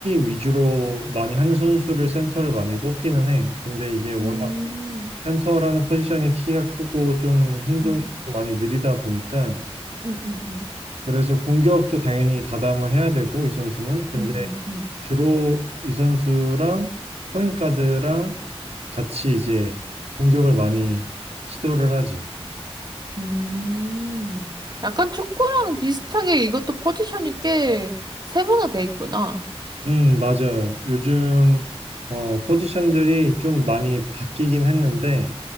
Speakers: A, on the right (about 80°); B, on the right (about 40°).
A: 위주로 많이 하는 선수를 센터를 많이 뽑기는 해. 근데 이게 워낙
B: 음,
A: 센터라는 포지션이 키가 크고 좀 행동이
B: 응,
A: 좀 많이 느리다 보니까
B: 응, 응,
A: 그래서 공격도 당연히 가담을 해야 되고 이 선수는 근데
B: 응, 응, 응.
A: 주로 이 선수랑 포인트가드랑 같이 이제 공격을 많이 시도를 하지.
B: 음. 약간 축구랑 비슷하게 이것도 포지션이 꽤 세분화돼 있구나.
A: 음, 맞아요. 요즘, 어, 포지션들이 좀 많이 바뀌긴 했는데,